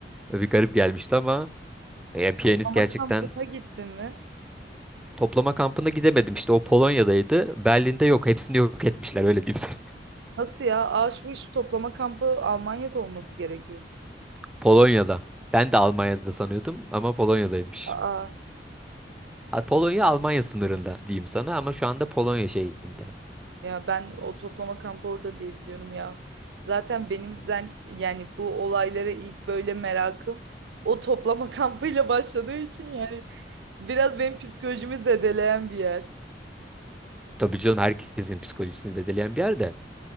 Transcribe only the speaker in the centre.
Bir garip gelmişti ama e, piyanist
gerçekten
Toplama kampına gidemedim işte o Polonya'daydı. Berlin'de yok hepsini yok etmişler öyle diyeyim sana.
<laughs> Polonya'da. Ben de Almanya'da sanıyordum ama Polonya'daymış.
Ha, Polonya Almanya sınırında diyeyim sana ama şu anda Polonya şeyinde.
Tabii canım herkesin psikolojisini zedeleyen bir yerde.